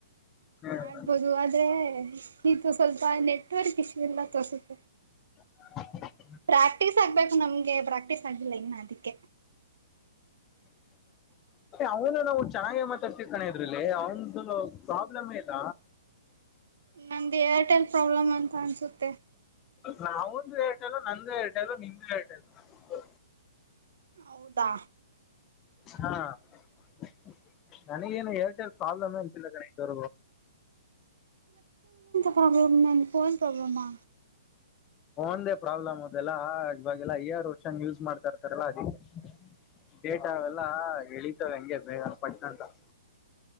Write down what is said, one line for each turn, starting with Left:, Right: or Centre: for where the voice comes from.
Left: ಹ
Right: ಮಾಡ್ಬೋದು ಆದ್ರೆ ಇದು ಸ್ವಲ್ಪ ನೆಟ್ವರ್ಕ್ ಇಶ್ಯೂ ಇಲ್ಲ ತಸಪ.
Left: <inaudible>
Right: ಪ್ರಾಕ್ಟೀ್ ಆಗ್ಬೇಕು ನಮ್ಗೆ ಪ್ರಾಕ್ಟೀ್ ಸಗಿಲೆನ ಅದಕ್ಕೆ
Left: ಅವನು ನಾವು ಚೆನ್ನಾಗೆ ಮಾತಾಡ್ತಿರ್ ಕಾನ ಇದ್ರಲ್ಲಿ ಅವನ್್ದ ಪ್ರಾಬ್ಲಮ ಇಲ್ಲ.
Right: ನಮ್ದು ಏರ್ಟೆಲ್ ಪ್ರಾಬ್ಲಮ್ ಅಂತ. ಕನ್ಿಸುತ್ತೆ.
Left: ನಾವುಂದು ಹೇಳ್ಟ ಅಲ್ಲ ನ್ದು ಹೇಟಲ್ಲ ನಿಮ್ದು ಹೇಳ್ಟ ಇಲ್ಲ
Right: ಹೌದಾ
Left: ಹಾ ನ. ನನಗೇನು ಏರ್ಟೆಲ್ ಪ್ರಾಬ್ಲಮ್ ಅನ್ಸಿಲ್ಲ ಕಣೆ ಸ.
Right: ಪ್ರೊಬ್ಲಮ ನ ಫನ್ ಪ್ರಬ್ರಮ್ಮಾ
Left: ಂದೇ ಪ್ರಾಬ್ಲಮ್ ಅದೆಲ್ಲ ಇವಾಗೆಲ್ಲ ಈಆರ್ ವರ್ಷನ್ ಯೂಸ್ ಮಾಡ್ತಾ ಇರ್ತಾರಲ್ಲಾ ಅದಕ್ಕೆ ಡೇಟಾ ಅವೆಲ್ಲ ಎಳಿತವೆ ಹಂಗೆ ವಗ ಪಟ್ಟಣದ <inaudible>